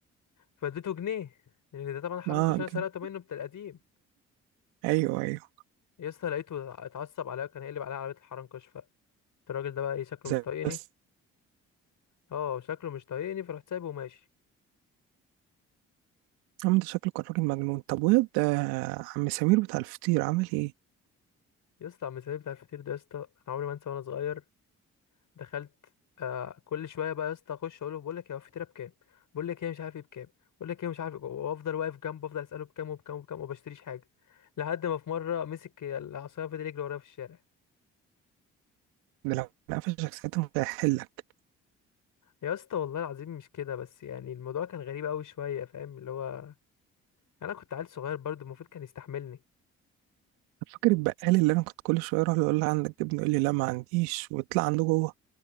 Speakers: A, on the left; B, on the right.
A: فاديته جنيه لان ده طبعا حرنكش
B: اه
A: انا سرقته
B: ج-
A: منه بتاع القديم
B: ايوه ايوه
A: يا اسطى لقيته اتعصب عليا كان هيقلب عليا عربيه الحرنكش فقلت الراجل ده بقى ايه شكله
B: زي
A: مش طايقني
B: بس
A: اه شكله مش طايقني فرحت سايبه وماشي
B: عم ده شكله كان راجل مجنون طب واد آه، عم سمير بتاع الفطير عامل ايه
A: يا اسطى عم سيف بتاع الفطير ده يا اسطى انا عمري ما انسى وانا صغير دخلت آه كل شويه بقى يا اسطى اخش اقول له بقول لك يا هو الفطيره بكام بقول لك ايه مش عارف ايه بكام بقول لك ايه مش عارف إيه. وافضل واقف جنبه افضل اساله بكام وبكام وبكام وما بشتريش حاجه لحد ما في مره مسك العصايه فضل يجري ورايا في الشارع
B: ده لو انا قفشك ساعتها مش هيحلك
A: يا اسطى والله العظيم مش كده بس يعني الموضوع كان غريب قوي شويه فاهم اللي هو انا كنت عيل صغير برضه المفروض كان يستحملني
B: طب فاكر البقال اللي انا كنت كل شويه اروح له اقول له عندك جبنه يقول لي لا ما عنديش ويطلع عنده جوه